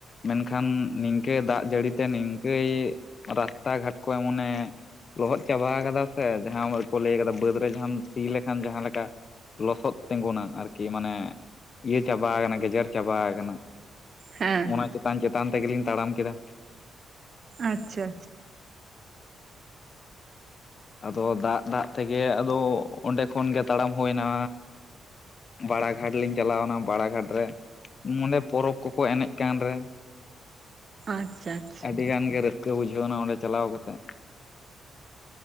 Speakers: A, on the left; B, on the right.
A: ᱢᱮᱱᱠᱷᱟᱱ ᱱᱤᱝᱠᱟᱹ ᱫᱟᱜ ᱡᱟᱹᱲᱤᱛᱮ ᱱᱤᱝᱠᱟᱹᱭ ᱨᱟᱥᱛᱟ ᱜᱷᱟᱴ ᱠᱚ ᱮᱢᱚᱱᱮ ᱞᱚᱦᱚᱫ ᱪᱟᱵᱟᱣ ᱠᱟᱫᱟ ᱥᱮ ᱡᱟᱦᱟᱸ ᱠᱚ ᱞᱟᱹᱭ ᱠᱟᱫᱟ ᱵᱟᱹᱫ ᱨᱮ ᱡᱟᱦᱟᱸᱢ ᱥᱤ ᱞᱮᱠᱷᱟᱱ ᱡᱟᱦᱟᱸ ᱞᱮᱠᱟ ᱞᱚᱥᱚᱫ ᱛᱮᱸᱜᱩᱱᱟ ᱟᱨᱠᱤ ᱢᱟᱱᱮ ᱤᱭᱟᱹ ᱪᱟᱵᱟᱣ ᱟᱠᱟᱱᱟ ᱜᱮᱡᱮᱨ ᱪᱟᱵᱟᱣ ᱟᱠᱟᱱᱟ᱾
B: ᱦᱮᱸ
A: ᱚᱱᱟ ᱪᱮᱛᱟᱱ ᱪᱮᱛᱟᱱ ᱛᱮᱜᱮᱞᱤᱧ ᱛᱟᱲᱟᱢ ᱠᱮᱫᱟ᱾
B: ᱟᱪᱪᱷᱟ ᱟᱪᱪᱷᱟ᱾
A: ᱟᱫᱚ ᱫᱟᱜ ᱫᱟᱜ ᱛᱮᱜᱮ ᱟᱫᱚ ᱚᱸᱰᱮ ᱠᱷᱚᱱ ᱜᱮ ᱛᱟᱲᱟᱢ ᱦᱳᱭᱱᱟ ᱵᱟᱲᱟ ᱜᱷᱟᱴ ᱞᱤᱧ ᱪᱟᱞᱟᱣᱮᱱᱟ, ᱵᱟᱲᱟ ᱜᱷᱟᱴ ᱨᱮ ᱱᱚᱸᱰᱮ ᱯᱚᱨᱚᱵᱽ ᱠᱚᱠᱚ ᱮᱱᱮᱡ ᱠᱟᱱ ᱨᱮ
B: ᱟᱪᱪᱷᱟ ᱟᱪᱪᱷᱟ
A: ᱟᱹᱰᱤ ᱜᱟᱱ ᱜᱮ ᱨᱟᱹᱥᱠᱟᱹ ᱵᱩᱡᱷᱟᱹᱣ ᱮᱱᱟ ᱚᱸᱰᱮ ᱪᱟᱞᱟᱣ ᱠᱟᱛᱮᱫ ᱾